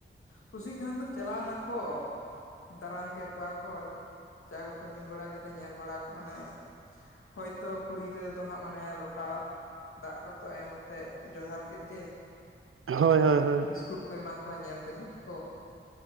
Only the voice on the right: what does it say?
ᱦᱳᱭ
ᱦᱳᱭ ᱦᱳᱭ